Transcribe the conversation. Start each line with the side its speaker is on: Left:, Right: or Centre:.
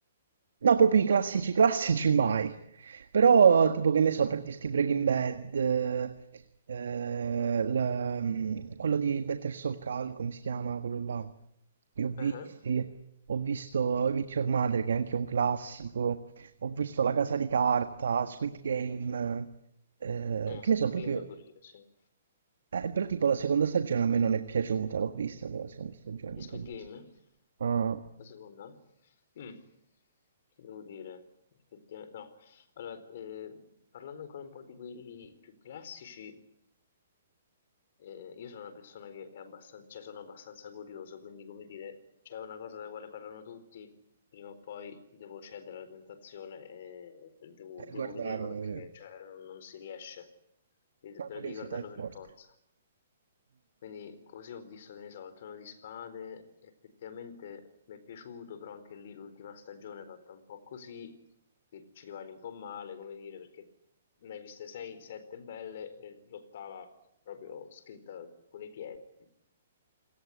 Right: No, proprio i classici classici mai. Però, tipo, che ne so, per dirti Breaking Bad, eh, eh, la- mm, quello di Better Soul Call, come si chiama, quello là. Li ho visti,
Left: Ah, ah.
Right: ho visto How I Met Your Mother, che è anche un classico, ho visto La Casa di Carta, Squid Game, eh,
Left: No,
Right: che
Left: Squid
Right: ne so, proprio...
Left: Game pure io, sì.
Right: eh, però tipo la seconda stagione a me non è piaciuta, l'ho vista però la seconda stagione,
Left: E
Right: insomma.
Left: Squid Game?
Right: Ah,
Left: La seconda? Mm, che devo dire? Effettivamente, no. Allora, eh, parlando ancora un po' di quelli più classici, eh, io sono una persona che è abbastanza, cioè sono abbastanza curioso, quindi come dire, c'è una cosa della quale parlano tutti, prima o poi devo cedere alla tentazione e devo,
Right: e
Left: devo
Right: guardavo,
Left: vederlo perché
Right: eh,
Left: cioè, non, non si riesce, De-
Right: la
Left: devo
Right: curiosità
Left: di guardarlo
Right: è forte.
Left: per forza. Quindi così ho visto, che ne so, il Trono di Spade, effettivamente mi è piaciuto, però anche lì l'ultima stagione è fatta un po' così, che ci rimani un po' male, come dire, perché ne hai viste 6, 7 belle e l'ottava proprio scritta con i piedi.